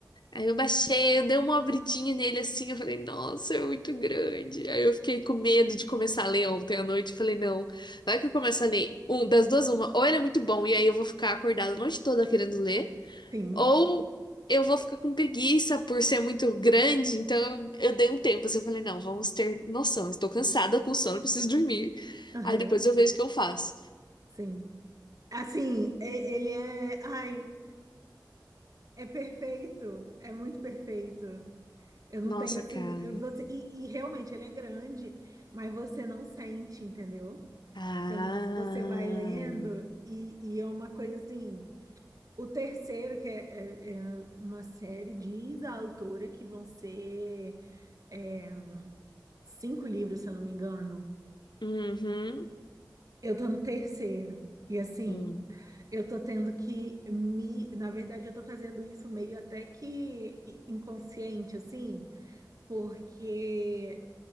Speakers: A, on the left; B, on the right.
A: Aí eu baixei, eu dei uma abridinha nele assim, eu falei, nossa, é muito grande. Aí eu fiquei com medo de começar a ler ontem à noite, eu falei, não, vai que eu começo a ler um das duas uma, ou ele é muito bom e aí eu vou ficar acordada a noite toda querendo ler,
B: sim,
A: ou eu vou ficar com preguiça por ser muito grande, então eu, eu dei um tempo, assim, eu falei, não, vamos ter noção, estou cansada com sono, preciso dormir.
B: aham,
A: Aí depois eu vejo o que eu faço.
B: sim. Assim, e- ele é. Ai, é perfeito. É muito perfeito. Eu não
A: Nossa,
B: tenho assim,
A: cara.
B: eu- você e, e realmente ele é grande, mas você não sente, entendeu?
A: Ah.
B: Você, n- você vai lendo e, e é uma coisa assim. O terceiro, que é, é- é uma série, diz a autora que vão ser é, cinco livros, se eu não me engano.
A: Uhum.
B: Eu tô no terceiro. E assim,
A: Hum,
B: eu tô tendo que me. Na verdade, eu tô fazendo isso meio até que i- inconsciente, assim, porque.